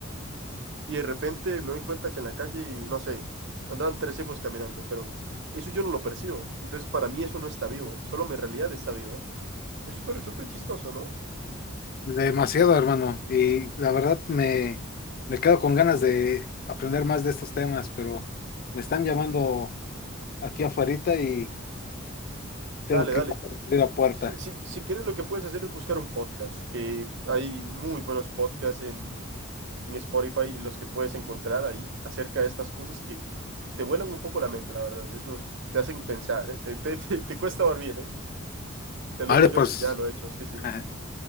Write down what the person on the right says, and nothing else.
y de repente me doy cuenta que en la calle, no sé, andaban tres tipos caminando, pero eso yo no lo percibo. Entonces, para mí eso no está vivo, solo mi realidad está viva. Es súper, súper chistoso, ¿no?
Dale,
dale.
Si, si, si quieres, lo que puedes hacer es buscar un podcast, que hay muy buenos podcasts en, en Spotify, los que puedes encontrar ahí acerca de estas cosas que te vuelan un poco la mente, la verdad. Esos te hacen pensar, ¿eh? Te, te, te, te cuesta dormir, ¿eh? Te
lo digo yo
que ya lo he hecho, sí, sí.